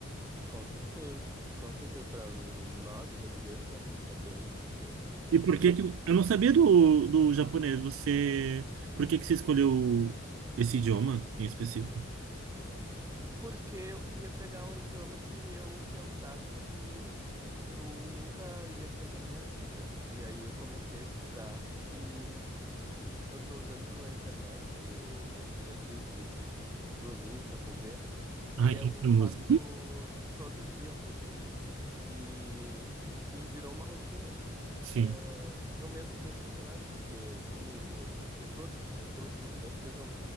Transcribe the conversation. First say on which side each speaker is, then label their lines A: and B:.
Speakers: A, on the right (about 15°); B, on the right (about 75°).
A: Com certeza, com certeza. Para nós brasileiros é, é bem difícil, porque
B: E por que que eu não sabia do, do japonês? Você, por que que você escolheu esse idioma em específico?
A: porque eu queria pegar um idioma que eu pensasse que eu nunca iria aprender na minha vida. E aí eu comecei a estudar e eu estou usando a internet, o aplicativo Duolingo para fazer
B: Ah,
A: E eu
B: quem não
A: faço
B: usa?
A: todo dia um pouquinho. E, e virou uma rotina.
B: Sim,
A: Ah, eu mesmo estou impressionado porque comigo mesmo, porque todo dia eu estudo, nem que sejam